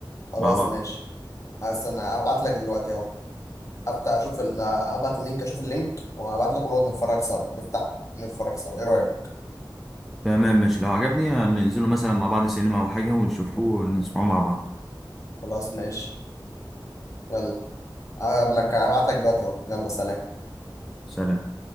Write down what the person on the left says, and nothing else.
خلاص
ماشي هستنى هبعت لك دلوقتي اهو هفتح اشوف ال... هبعت اللينك اشوف اللينك وهبعت لك ونقعد نتفرج سوا نفتحه نتفرج سوا ايه رأيك
خلاص ماشي يلا هقابلك هبعت لك دلوقتي اهو يلا سلام